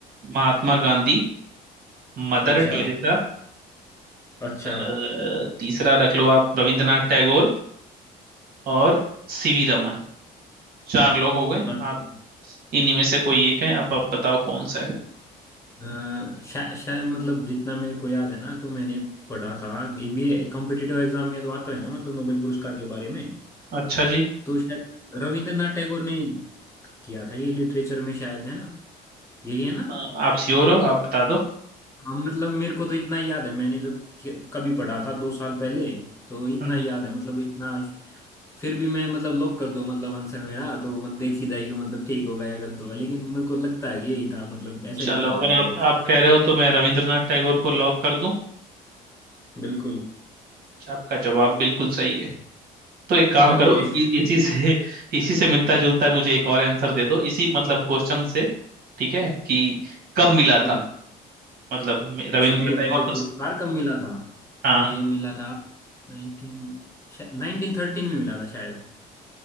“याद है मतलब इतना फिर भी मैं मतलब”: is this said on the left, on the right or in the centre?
Left